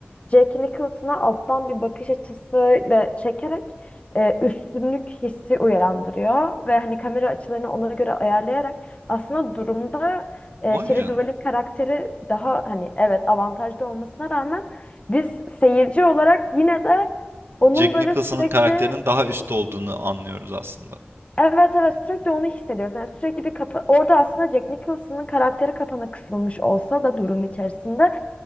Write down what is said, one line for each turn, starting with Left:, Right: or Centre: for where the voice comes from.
Left: Jack Nicholson'a alttan bir bakış açısıyla çekerek e, üstünlük hissi uyandırıyor ve hani kamera açılarını ona göre ayarlayarak aslında durumda e,
Right: Vay
Left: Shelley
Right: canına.
Left: Duvall'in karakteri daha hani evet avantajlı olmasına rağmen biz seyirci olarak yine de onun
Right: Jack
Left: böyle
Right: Nicholson'ın
Left: sürekli
Right: karakterinin daha üstte olduğunu anlıyoruz aslında.
Left: Evet evet sürekli onu hissediyoruz. Yani sürekli bir kapa orada aslında Jack Nicholson'ın karakteri kapana kısılmış olsa da durum içerisinde